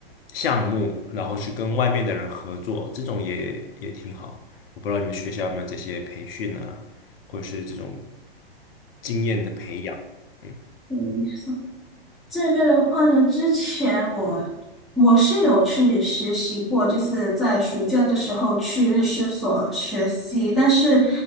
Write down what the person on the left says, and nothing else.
项目，然后去跟外面的人合作，这种也也挺好的我不知道你们学校有没有这些培训啊，或者是这种经验的培养。嗯